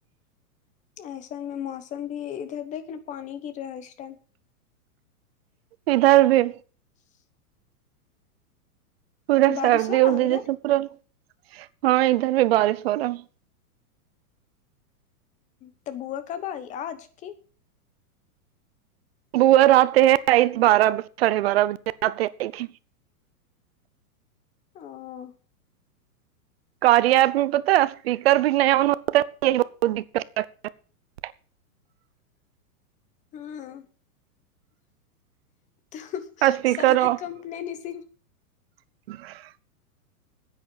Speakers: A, on the left (about 15°); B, on the right (about 40°).
A: ایسا میں موسم بھی ادھر دیکھ نا پانی گرا ہے اسس ٹائم
B: ادھر بھی
A: <unintelligible>
B: پورا
A: بارش
B: سردی
A: ہو رہا
B: اردی
A: ہے ادھر
B: جیسے پورا ہاں ادھر بھی بارش ہو رہا ہے
A: ہ ت بووا کب آئی آج کی
B: بووا آتے ہے آئی بارہ ساڑھے بارہ بجے آتے ہیں آئی تھک
A: ہاں
B: کی ایپ نہیں پتا اسپیکر بھی نیا ہونا د ہے ہ
A: ہاں تو
B: اسپیکر
A: سارا
B: آن
A: کم ل ن س
B: <inaudible>